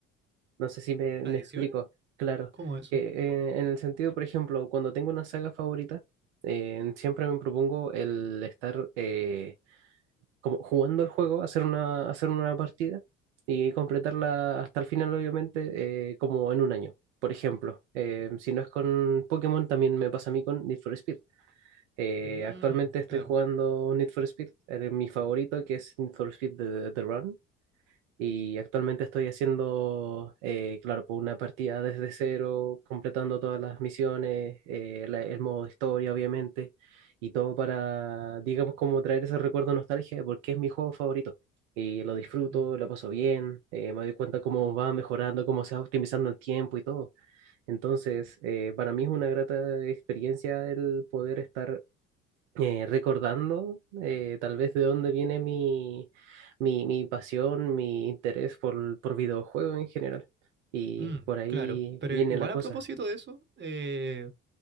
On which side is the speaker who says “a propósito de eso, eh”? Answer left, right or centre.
Right